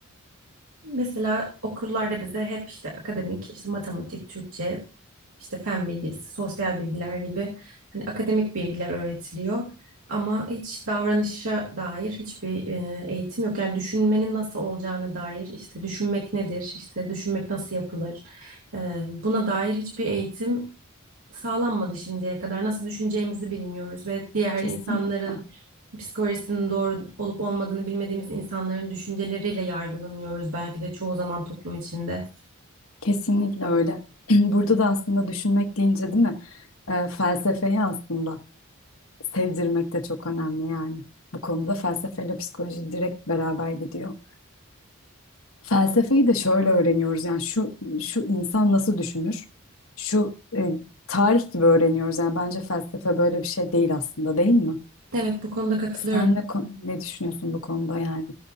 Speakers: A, on the right; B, on the left.
A: Mesela okullarda bize hep işte akademik, işte matematik, Türkçe, işte fen bilgisi, sosyal bilgiler gibi hani akademik bilgiler öğretiliyor. Ama hiç davranışa dair hiçbir e, eğitim yok. Yani düşünmenin nasıl olacağına dair, işte düşünmek nedir, işte düşünmek nasıl yapılır, e, buna dair hiçbir eğitim sağlanmadı şimdiye kadar. Nasıl düşüneceğimizi bilmiyoruz ve diğer
B: Kesinlikle.
A: insanların psikolojisinin doğru olup olmadığını bilmediğimiz insanların düşünceleriyle yargılanıyoruz belki de çoğu zaman toplum içinde.
B: Kesinlikle öyle. <clears throat> Burada da aslında düşünmek deyince değil mi? E, felsefeyi aslında. sevdirmek de çok önemli yani. Bu konuda felsefeyle psikoloji direkt beraber gidiyor. Felsefeyi de şöyle öğreniyoruz yani şu şu insan nasıl düşünür? Şu e, tarih gibi öğreniyoruz yani bence felsefe böyle bir şey değil aslında değil mi?
A: Evet, bu konuda katılıyorum.
B: Sen ne, kon- ne düşünüyorsun bu konuda yani?